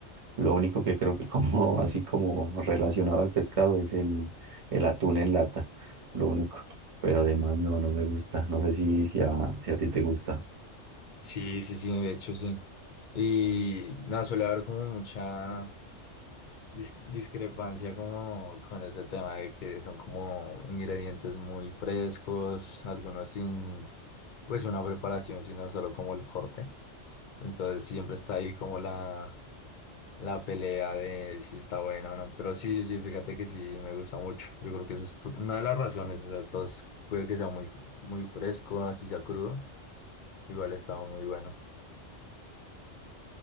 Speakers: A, on the right (about 35°); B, on the left (about 60°).
A: Lo único que creo que como, <laughs> así como relacionado al pescado es el, el atún en lata, lo único. Pero además no, no me gusta. No sé si, si a, si a ti te gusta.
B: Sí, sí, sí, de hecho sí. Y nada, suele haber como mucha dis- discrepancia como con este tema de que son como ingredientes muy frescos, algunos sin pues una preparación, sino solo como el corte. Entonces siempre está ahí como la, la pelea de si está bueno o no. Pero sí, sí, sí, fíjate que sí me gusta mucho. Yo creo que eso es por- una de las razones. O sea, todos puede que sea muy, muy fresco, así sea crudo. Igual estaba muy bueno.